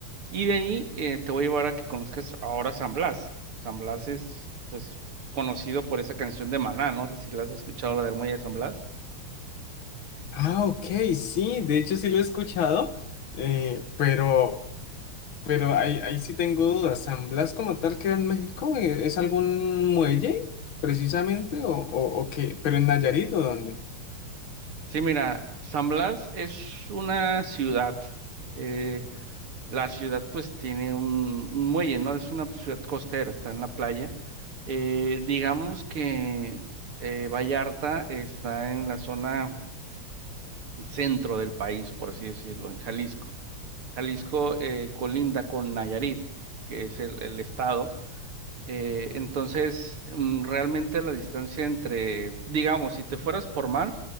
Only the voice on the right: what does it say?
Y de ahí eh, te voy a llevar a que conozcas ahora San Blas. San Blas es, pues, conocido por esa canción de Maná. No sé si la has escuchado, la del Muelle de San Blas.
Sí, mira, San Blas es una ciudad. eh, la ciudad, pues, tiene un, un muelle, ¿no? Es una ciudad costera, está en la playa. Eh, digamos que eh, Vallarta está en la zona centro del país, por así decirlo, en Jalisco. Jalisco eh, colinda con Nayarit, que es el, el estado. Eh, entonces, mm, realmente la distancia entre, digamos, si te fueras por mar,